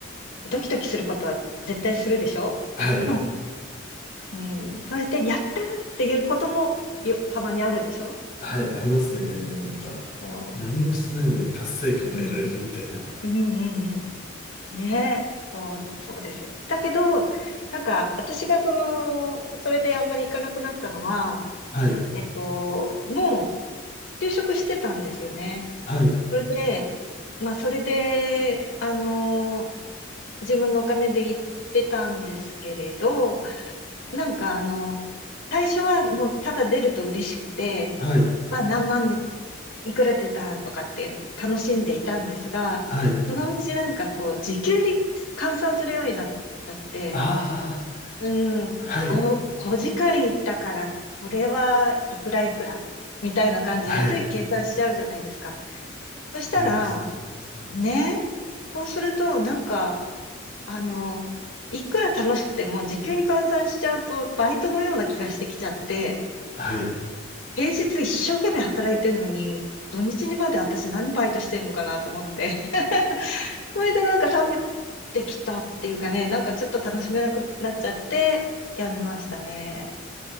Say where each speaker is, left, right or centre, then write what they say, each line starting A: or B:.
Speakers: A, on the left; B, on the left.
A: ドキドキすることは絶対するでしょ
B: はい。
A: <laughs> うん。それで、やったーっていうこともよ、たまにあるでしょ
B: はい、ありますね。
A: うん、
B: なんか、
A: そ
B: 何もしてないのに達成感が得られるみたいな。
A: う、うん、うん、うんうん。ねえ、そう、そうですよ。だけど、なんか、私がその、それであんまり行かなくなったのは、
B: はい、
A: えっと、もう、就職してたんですよね。
B: はい、
A: それで、まあ、それで、あの、自分のお金で行ってたんですけれど、なんか、あの、最初はもう、ただ出ると嬉しくて、
B: はい、
A: は何万でいくら出たとかって楽しんでいたんですが、
B: はい。
A: そのうちなんかこう、時給に換算するようになっちゃって、
B: ああ、
A: うん、
B: はい、
A: 5、5時間行ったから、これはいくらいくら、みたいな感じでつい計算しちゃうじゃないですか。
B: はい。
A: そしたら、
B: やりました、やりました。
A: ね、そうするとなんか、あの、いくら楽しくても時給に換算しちゃうとバイトのような気がしてきちゃって、
B: はい。
A: 平日一生懸命働いてんのに、土日にまで私何バイトしてんのかなと思って。<laughs> それでなんか冷めてきたっていうかね、なんかちょっと楽しめなくなっちゃって、やめましたね。